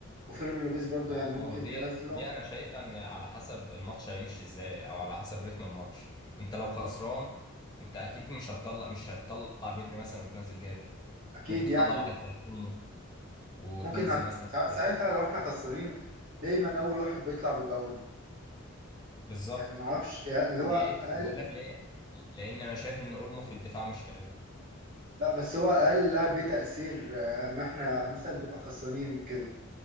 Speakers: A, on the right; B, on the left.
A: وفيلم لوبيز برضه
B: ما
A: يعني
B: هو
A: ممكن
B: ما هو دي
A: تنزله
B: دي انا شايفها ان على حسب الماتش هيمشي ازاي او على حسب رتم الماتش انت لو خسران انت اكيد مش هتطلع مش هتطلع بدري مثلا وتنزل جافي
A: أكيد
B: ممكن تطلع
A: يعني
B: واحد زي كولمو وتنزل
A: ممكن نعد...
B: مثلا
A: سا-
B: جافي
A: ساعتها لو احنا خسرانين دايما اول واحد بيطلع بيبقى اولمو
B: بالظبط
A: يعني ما اعرفش يعني اللي هو
B: ليه
A: اقل
B: هقول لك ليه لان انا شايف ان اولمو في الدفاع مش حلو
A: لا بس هو اقل لاعب ليه تأثير آه، اما احنا مثلا بنبقى خسرانين وكده